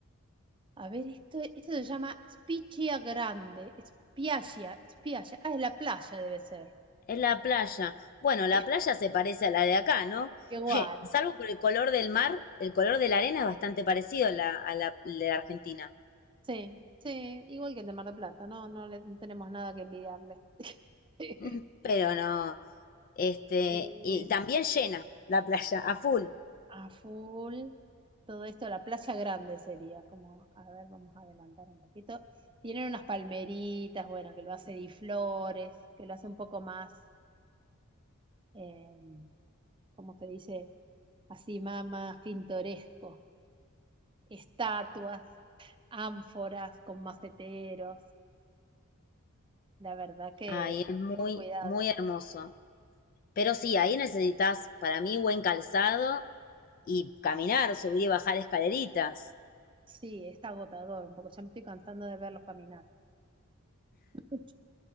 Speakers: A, on the right; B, on the left.
A: A ver, esto, esto se llama Spiaggia Grande. Spiaggia, Spiaggia. Ah, es la playa, debe ser.
B: Es la playa. Bueno, la
A: Sí.
B: playa se parece a la de acá, ¿no?
A: Igual.
B: <laughs> Salvo por el color del mar, el color de la arena es bastante parecido a la, a la de Argentina.
A: Sí, sí, igual que el de Mar del Plata. No, no, le- no tenemos nada que envidiarle. <laughs>
B: <laughs> Pero no, este,
A: Eh,
B: y también llena la playa, a full.
A: a full. Todo esto, la playa grande sería como, a ver, vamos a adelantar un poquito. Tienen unas palmeritas, bueno, que lo hace Di Flores, que lo hace un poco más, eh, ¿cómo se dice? Así más, más pintoresco. estatuas, ánforas con maceteros, la verdad que
B: Ay, es muy,
A: muy cuidado.
B: muy hermoso. Pero sí, ahí necesitas, para mí, buen calzado y caminar, subir y bajar escaleritas.
A: Sí, es agotador un poco, ya me estoy cansando de verlos caminar. <laughs>